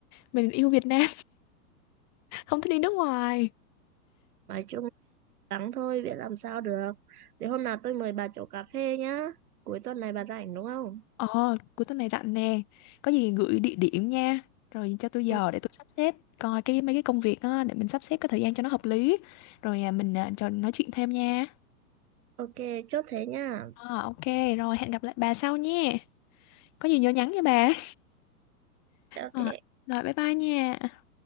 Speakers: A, on the left; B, on the right.
A: mình yêu Việt Nam <laughs> không thích đi nước ngoài
B: Nói chung gắng thôi, biết làm sao được. Để hôm nào tôi mời bà chỗ cà phê nhá. Cuối tuần này bà rảnh đúng không?
A: Ờ, cuối tuần này rảnh nè. Có gì gửi địa điểm nha. Rồi cho tôi giờ
B: Ừ,
A: để tôi sắp xếp coi cái mấy cái công việc á để mình sắp xếp cái thời gian cho nó hợp lý. Rồi à, mình à, trò nói chuyện thêm nha.
B: ok, chốt thế nhá.
A: Ờ, ok, rồi hẹn gặp lại bà sau nhé. Có gì nhớ nhắn nha bà. <laughs>
B: Ok.
A: Ờ, rồi bye bye nha.